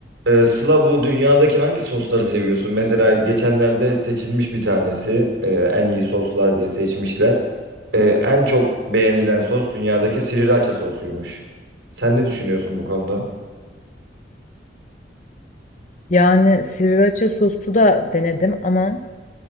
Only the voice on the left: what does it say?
Yani sriracha soslu da denedim ama